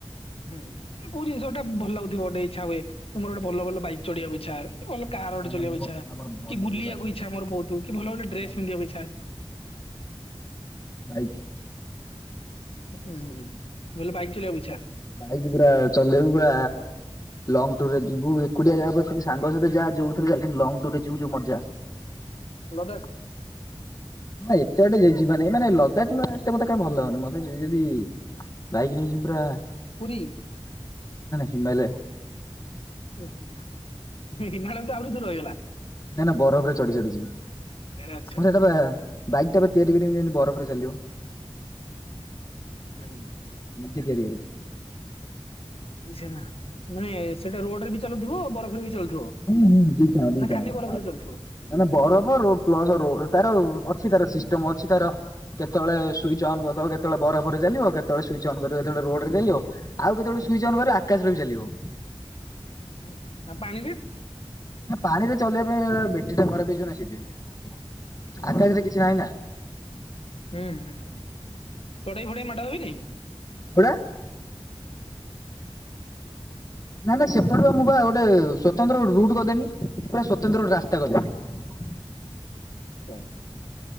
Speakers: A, on the left (about 70°); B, on the left (about 35°).
A: ହୁଁ କୋଉ ଜିନିଷଟା ଭଲଲାଗୁଥିବ ଗୋଟେ ଇଚ୍ଛାହୁଏ, ମୋର ଗୋଟେ ଭଲ ଭଲ ବାଇକ୍ ଚଢ଼ିବାକୁ ଇଚ୍ଛା। ଭଲ କାର୍ ଗୋଟେ
B: ନା ନା
A: ଚଲେଇବାକୁ
B: ମୋ
A: ଇଛା,
B: ନା ମୋର ଭଲ
A: କି ବୁିବାକୁ
B: ଭଲ ବାଇକ୍
A: ଇଛା ମୋର ବହୁତ, କି ଭଲ ଭଲ ଡ୍ରେସ
B: ବାଇକ୍
A: ପିନ୍ଧିବାକୁ ଇଛା?
B: ବାଇକ୍।
A: ଉୁଁ ହୁଁ ଭଲେ ବାଇକ ଚଲେଇବାକୁ ଇଛା।
B: ଭାଇକ ପୁରା ଚଲେଇବୁ ପୁରା। ଲଙ୍ଗ ଟୁର ରେ ଯିବୁ, ଏକୁଟିଆ ଯା ସାଙ୍ଗ ସହିତ ଯାହା ଯୋଉରେଜା ଲଙ୍ଗ ଟୁୁର ରେ ଯିବୁ ଯଉ ମଜା। <inaudible>
A: ଲଦଖ <unintelligible>
B: ହଁ ଏତେ ଗଟେ ଯ। <unintelligible> ଯିବାନି ମାନେ ଲଦାଖଟା, ମୋତେ କଁ ଭଲ ଲାଗୁନି, ମତେ ଯିବ ଯଦି ବାଇକ ନେଇଯିବୁ ପୁରା।
A: ପୁରୀ
B: ହିମାଳୟେ।
A: <unintelligible>
B: ନାଇଁ ନା ବରଫରେ ଚଢି ଚଢ଼ି ଯିବି।
A: ଏ ଆଚ୍ଛା
B: ମୁଁ ସେଟା ବା ବାଇକ ଟାକୁ ଏ ତିଆରି କରିବି ଯେମିତି ବରଫରେ ଚାଲିବ।
A: ହୁଁ।
B: ଯିଏ ତିଆରି କରି
A: ଝା ମାନେ ସେଟା ରୋଡରେ ବି ଚାଲୁଥିବ, ବରଫରେ ବି ଚାଲୁଥିବ।
B: ହୁଁ ହୁଁ ଦୁଇଟା ଦୁଇଟା
A: ନା ଖାଲି
B: ହ ଆ
A: ବରଫରେ
B: ମନା
A: ଚାଲୁଥିବ?
B: ନା ବରଫ ରୁ ପ୍ଲସ ତାର ଅଛି ତାର ଶିଷ୍ଟ ଅଛି ତାର, କେତେବେଳେ ସୁଇଚ୍ ଅନ୍ କରିଦବ କେ ଳେ ବରଫରେ ଚାଲିବ, କେତବେଳେ ସୁିଇଚ ଅନ କରିବ ଯେତେବେଳେ ରୋଡ଼ ରେ ଚାଲିବ। ଆଉ କେତେବେଳ ସୁଇଚ୍ ଅନ୍ କରିବ ଆକାଶରେ ବି ଚାଲିବ।
A: ହୁଁ, ଆଉ ପାଣିରେ?
B: ପାଣି ରେ ଚଲେଇବା ପାଇଁ ବେଟ୍ରି ଟା ଖରାପ ହେଇଯିବ ନା ସେଇଥିପାଇଁ।
A: ଓହୋ
B: ଆକାଶରେ କିଛି ନାହିଁ ନା।
A: ହୁଁ ହୁ ହୁଁ ଚଡେଇ ଫଡେଇ ମାଡ଼ ହେବେ କି ନାଇଁ
B: ପୁରା। ନା ନା ସେପଟେ ତ ମୁ ପା ଗୋଟେ ସ୍ଵତନ୍ତ୍ର ରୁଟ ଦେବି ପୁରା ସତନ୍ତ୍ର ଗୋଟେ ରାସ୍ତା କରିଦେବି।
A: ଆଛା।